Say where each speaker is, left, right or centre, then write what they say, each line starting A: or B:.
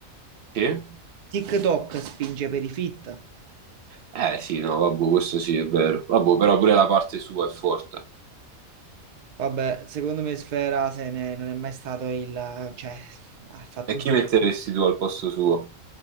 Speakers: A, on the right; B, on the right.
A: Sì?
B: TikTok spinge per i fitta.
A: Eh sì, no, vabbè, questo sì è vero. Vabbè, però pure la parte sua è forte.
B: Vabbè, secondo me Sfera se ne, non è mai stato il... cioè, ha fatto...
A: E chi metteresti tu al posto suo?